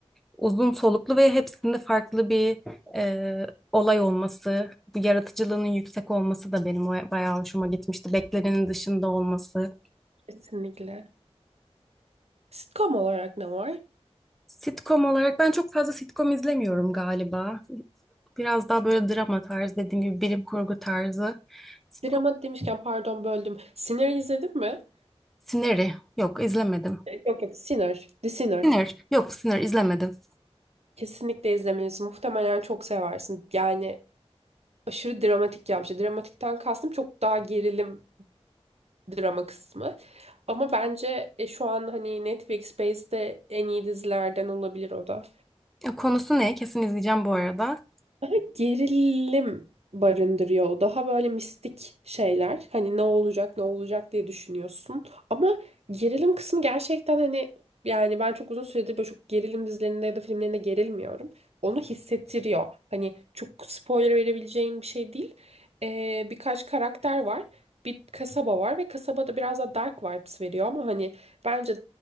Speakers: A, in the centre; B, on the right.
A: uzun soluklu ve hepsinde farklı bir e, olay olması bu yaratıcılığının yüksek olması da benim o- bayağı hoşuma gitmişti beklenenin dışında olması
B: Kesinlikle. Sitcom olarak ne var?
A: Sitcom olarak ben çok fazla sitcom izlemiyorum galiba. Biraz daha böyle drama tarzı dediğim gibi bilim kurgu tarzı. Sitcom,
B: Dramat demişken pardon böldüm. Sinner izledin mi?
A: Sinner'i yok izlemedim.
B: E, Yok yok Sinner. The Sinner.
A: Sinner yok Sinner izlemedim.
B: Kesinlikle izlemelisin. Muhtemelen çok seversin. Yani aşırı dramatik yapmış. Dramatikten kastım çok daha gerilim drama kısmı. Ama bence e, şu an hani Netflix Space'de en iyi dizilerden olabilir o da.
A: E, Konusu ne? Kesin izleyeceğim bu arada.
B: Daha gerilim barındırıyor. o. Daha böyle mistik şeyler. Hani ne olacak ne olacak diye düşünüyorsun. Ama gerilim kısmı gerçekten hani yani ben çok uzun süredir böyle çok gerilim dizilerinde ya da filmlerinde gerilmiyorum. Onu hissettiriyor. Hani çok spoiler verebileceğim bir şey değil. Ee, birkaç karakter var. Bir kasaba var ve kasabada biraz da dark vibes veriyor ama hani bence